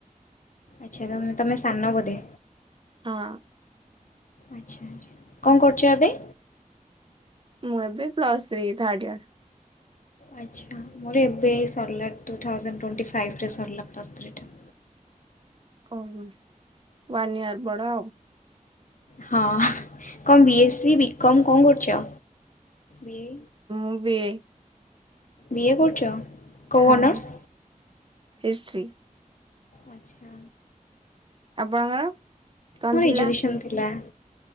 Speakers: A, on the left; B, on the right.
A: ଆଚ୍ଛା ତମେ ତମେ ସାନ ବୋଧେ।
B: ହଁ।
A: ଆଚ୍ଛା ଆଚ୍ଛା କଣ କରୁଛ ଏବେ?
B: ମୁଁ ଏବେ ପ୍ଲସ ଥ୍ରୀ ଥାଡ ଇୟର।
A: ଆଚ୍ଛା ମୋର ଏବେ ସରିଲା ଟୁ ଥାଉଜେଣ୍ଡ ଟ୍ୱେଣ୍ଟି ଫାଇଭ୍ରରେ ସରିଲା ପ୍ଲସ୍ ଥ୍ରୀଟା।
B: ପୋହୁ ୱାନ ଇୟର ବଡ ଆଉ।
A: ହଁ କଣ ବି ଏସ୍ ସି, ବି କମ୍ କଣ କରୁଛ, ବିଏ।
B: ମୁଁ ବିଏ।
A: ବିଏ କରୁଛ। କୋଉ
B: ହଁ
A: ଅନର୍ସ
B: ହିଷ୍ଟ୍ରି।
A: ଆଚ୍ଛା।
B: ଆପଣଙ୍କର? କଣ
A: ମୋର
B: ଥିଲା?
A: ଏଜୁକେସନ ଥିଲା।